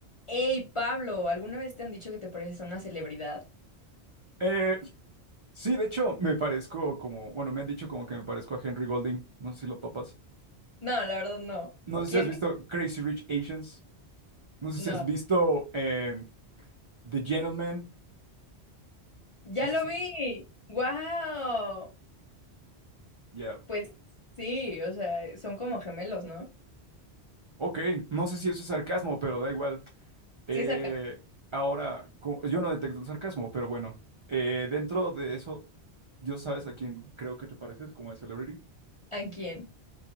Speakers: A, on the left; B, on the right.
A: Hey, Pablo, ¿alguna vez te han dicho que te pareces a una celebridad?
B: Eh, sí, de hecho, me parezco como, bueno, me han dicho como que me parezco a Henry Golding. No sé si lo topas.
A: No, la verdad no.
B: No sé
A: ¿Quién?
B: si has
A: es?
B: visto Crazy Rich Asians. No sé
A: No.
B: si has visto eh, The Gentleman.
A: ¡Ya
B: No sé
A: lo
B: si
A: vi!
B: has visto.
A: ¡Wow!
B: Yeah.
A: Pues sí, o sea, son como gemelos, ¿no?
B: Ok, no sé si eso es sarcasmo, pero da igual. Eh,
A: Sí, es cercano.
B: ahora, co- yo no detecto el sarcasmo, pero bueno. Eh, dentro de eso, ¿yo sabes a quién creo que te pareces como de Celebrity?
A: ¿A quién?